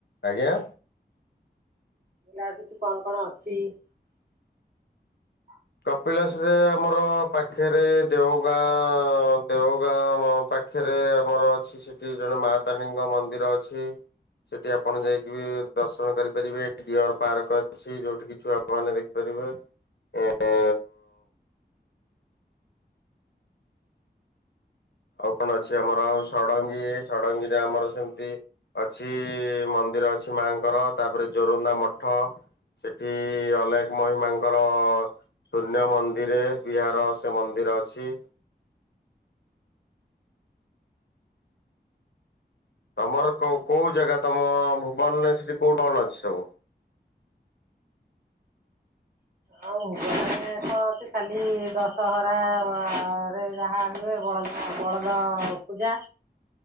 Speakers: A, on the left (about 80°); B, on the right (about 55°).
A: ଆଜ୍ଞା।
B: ଲା ସେଠି କଣ କଣ ଅଛି? <inaudible>
A: କପିଳାସରେ ଆମର ପାଖରେ ଦେଓଗାଁ ଦେଉଗାଁ ପାଖ ଖେରେ ଆମର ଅଛି ସେଠି ଜଣେ ମା ତାରିଣୀଙ୍କ ମନ୍ଦିର ଅଛି। ସେଠି ଆପଣ ଯାଇକି ବି ଦର୍ଶନ କରିପାରିବେ ଡିଅର ପାର୍କ ଅଛି ଯୋଉଠି କି ଛୁଆ ମାନେ ଦେଖିପାରିବେ। ଏ ଏ ଆଉ କଣ ଅଛି ଆମର ଆଉ ଷଡଙ୍ଗୀ ଷଡଙ୍ଗୀରେ ଆମର ସେମିତି ଅଛି ମନ୍ଦିର ଅଛି ମାଆଙ୍କର ତାପରେ ଜୋରନ୍ଦା ମଠ। ସେଠି ଅଲେଖ ମହିମାଙ୍କର ଶୂନ୍ୟ ମନ୍ଦିରେ ବିହାର ସେ ମନ୍ଦିର ଅଛି। ତମର କୋ କୋଉ ଜାଗା ତମ ଭୁବନରେ ସେଠି କୋଉ କଣ ଅଛି ସବୁ?
B: ଆଉ ଭୁବନରେ ତ ଅଛି ଖାଲି ଦଶହରା ରେ ଯାହା ହୁଏ ବଳଦ ବଳଦ ପୂଜା